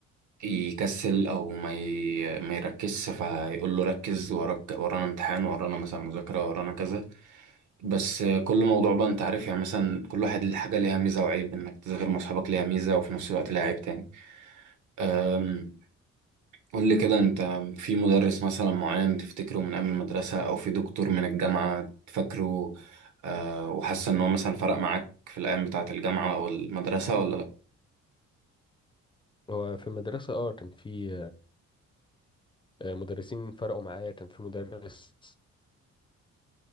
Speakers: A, on the right (about 75°); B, on the left (about 15°).
A: يكسل او ما ي... ما يركزش فيقول له ركز وراك ورانا امتحان ورانا مثلا مذاكرة ورانا كذا بس كل موضوع بقى انت عارف يعني مثلا كل واحد ليه حاجة ليها ميزة وعيب انك تذاكر مع اصحابك ليها ميزة وفي نفس الوقت ليها عيب تاني أم، قول لي كده انت في مدرس مثلا معين تفتكره من ايام المدرسة او في دكتور من الجامعة تفكره أه وحاسس ان هو مثلا فرق معاك في الايام بتاعة الجامعة او المدرسة ولا لا
B: هو في المدرسة اه كان في آه، مدرسين فرقوا معايا كان في مدرس